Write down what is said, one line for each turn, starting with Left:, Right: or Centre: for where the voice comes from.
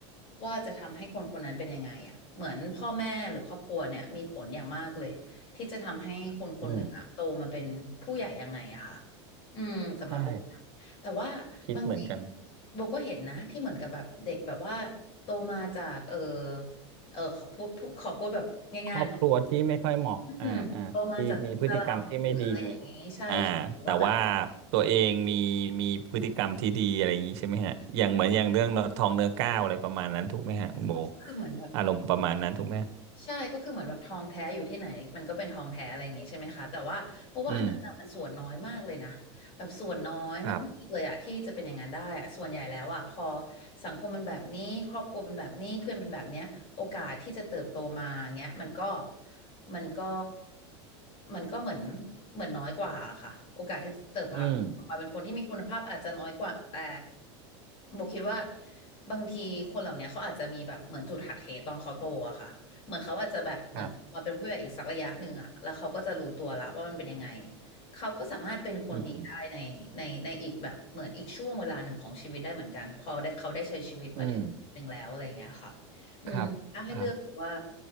Left: ว่าจะทำให้คนคนนั้นเป็นยังไงอ่ะเหมือนพ่อแม่หรือครอบครัวเนี่ยมีผลอย่างมากเลย ที่จะทำให้คนคนหนึ่งอะโตมาเป็นผู้ใหญ่ยังไงอะค่ะ
Right: อืม
Left: อืมสำหรับโบ
Right: ใช่
Left: แต่ว่าบางที
Right: คิดเหมือนกัน
Left: โบก็เห็นนะที่เหมือนกับแบบเด็กแบบว่าโตมาจากเออเออขอพูดพูดขอพูดแบบง่ายๆเนาะ
Right: ครอบครัวที่ไม่ค่อยเหมาะอ่าอ่าที่มีพฤติกรรมที่ไม่ดี
Left: อืมโตมาจากสลัมหรืออะไรอย่างนี้ใช่ค่ะ
Right: อ่าแต่ว่า
Left: หรือว่าแบบ
Right: ตัวเองมีมีพฤติกรรมที่ดีอะไรอย่างนี้ใช่ไหมฮะอย่างเหมือนอย่างเรื่องทองเนื้อก้าวอะไรประมาณนั้นถูกไหมฮะคุณโบ
Left: คือเหมือนแบบ
Right: อารมณ์ประมาณนั้นถูกไหม
Left: ใช่ก็คือเหมือนแบบทองแท้อยู่ที่ไหนมันก็เป็นทองแท้อะไรอย่างงี้ใช่ไหมคะแต่ว่าเพราะว่าอันนั้นอะมันส่วนน้อยมากเลยนะแบบส่วนน้อยมากๆเลยอะที่จะเป็นอย่างนั้นได้อะส่วนใหญ่แล้วอะพอ
Right: อืมครับ
Left: สังคมมันแบบนี้ครอบครัวเป็นแบบนี้เพื่อนเป็นแบบเนี้ยโอกาสที่จะเติบโตมาอย่างเงี้ยมันก็มันก็มันก็เหมือนเหมือนน้อยกว่าค่ะโอกาสที่จะเติบมา
Right: อืม
Left: มาเป็นคนที่มีคุณภาพอาจจะน้อยกว่าแต่โบคิดว่าบางทีคนเหล่านี้เขาอาจจะมีแบบเหมือนจุดหักเหตอนเขาโตอะค่ะ เหมือนเขาอาจจะแบบเหมือนมาเป็นผู้ใหญ่อีกสักระยะหนึ่งอะแล้วเขาก็จะรู้ตัวละว่ามันเป็นยังไง
Right: ครับ
Left: เขาก็สามารถเป็นคนดีได้ในในในอีกแบบเหมือนอีกช่วงเวลาหนึ่งของชีวิตได้เหมือนกันพอได้เขาได้ใช้ชีวิตมาถึงหนึ่งแล้วอะไรอย่างเงี้ยค่ะ
Right: อืมอืม
Left: อืมถ้าให้เลือกว่า
Right: ครับครับ